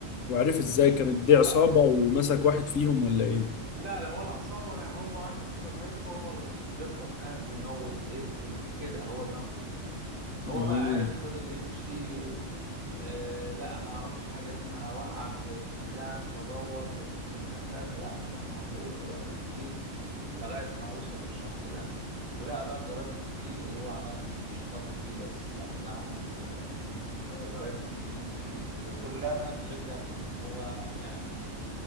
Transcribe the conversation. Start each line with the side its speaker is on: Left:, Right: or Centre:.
Left: وعرف إزاي كانت دي
Right: هو
Left: عصابة
Right: بقى
Left: ومسك واحد فيهم ولا إيه
Right: لا لا ولا عصابة ولا هو واحد كده سايكو هو اللي بيخطف ناس بيموت بيقتل كده هو دماغه كده هو
Left: آه.
Right: بقى عرف فضل يمشي آه لقى ما عرفش حاجة منها وقع في في مكان فدور فشاف المكان ده فلقى مكان مهجور فدخل فيه لغاية ما وصل للشخص ده ولقى بقى الجرائم الكتير اللي هو عملها مش خطف دي بس لا ده عمل آه، جرائم كتير جدا جدا وكلها من غير دافع هو يعني